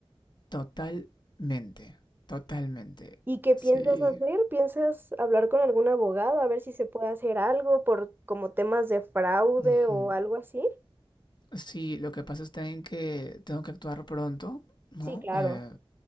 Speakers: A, on the left (about 45°); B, on the right (about 20°).
A: Totalmente, totalmente.
B: ¿Y qué
A: Sí.
B: piensas hacer? ¿Piensas hablar con algún abogado a ver si se puede hacer algo por como temas de fraude
A: Ujú.
B: o algo así?
A: Sí, lo que pasa está en que tengo que actuar pronto, ¿no?
B: Sí, claro.
A: Eh,